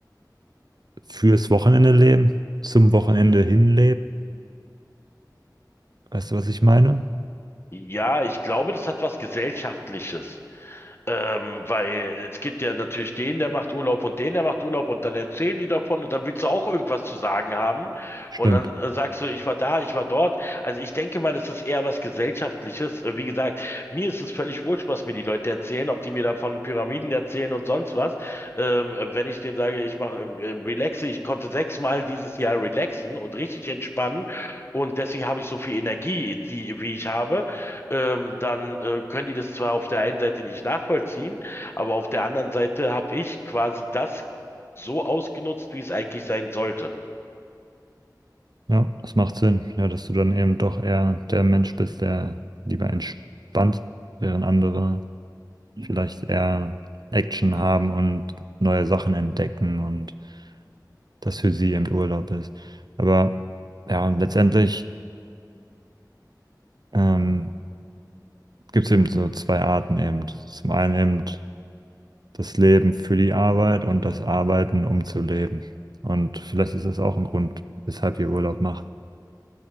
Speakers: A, on the right; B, on the left.
A: fürs Wochenende leben, zum Wochenende hin Weißt du, was ich meine?
B: ja, ich glaube, das hat was Gesellschaftliches. Ähm, weil es gibt ja natürlich den, der macht Urlaub und den, der macht Urlaub und dann erzählen die davon und dann willst du auch irgendwas zu sagen haben
A: Stimmt.
B: und dann äh, sagst du, ich war da, ich war dort. Also ich denke mal, das ist eher was Gesellschaftliches. Äh, wie gesagt, mir ist es völlig wurscht, was mir die Leute erzählen, ob die mir davon Pyramiden erzählen und sonst was. Ähm, wenn ich denen sage, ich mache äh, äh, relaxe, ich konnte sechsmal dieses Jahr relaxen und richtig entspannen und deswegen habe ich so viel Energie, die, wie ich habe ähm, dann äh, können die das zwar auf der einen Seite nicht nachvollziehen, aber auf der anderen Seite habe ich quasi das so ausgenutzt, wie es eigentlich sein sollte.
A: Ja, das macht Sinn. Ja, dass du dann eben doch eher der Mensch bist, der lieber entspannt, während andere vielleicht eher Action haben und neue Sachen entdecken und das für sie eben Urlaub ist. Aber ja, und letztendlich ähm, gibt es eben so zwei Arten eben. Zum einen eben das Leben für die Arbeit und das Arbeiten, um zu leben. Und vielleicht ist das auch ein Grund, weshalb wir Urlaub machen.